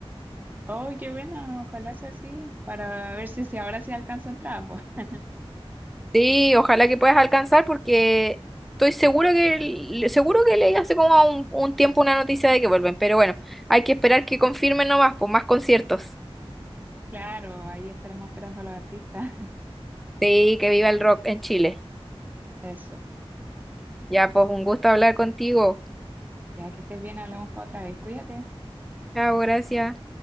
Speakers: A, on the right; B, in the centre.
A: ¡Oh, qué buena Ojalá sea así, para ver si, si ahora se alcanza a entrar pues. <laughs>
B: Sí, ojalá que puedas alcanzar porque estoy seguro que le- seguro que leí hace como un, un tiempo una noticia de que vuelven, pero bueno, hay que esperar que confirmen nomás, pues más conciertos.
A: Claro, ahí estaremos esperando a los artistas.
B: Sí, que viva el rock en Chile.
A: <laughs> Eso.
B: Ya, pues un gusto hablar contigo.
A: Ya que estés bien, hablamos para otra vez. Cuídate.
B: Chao, gracias.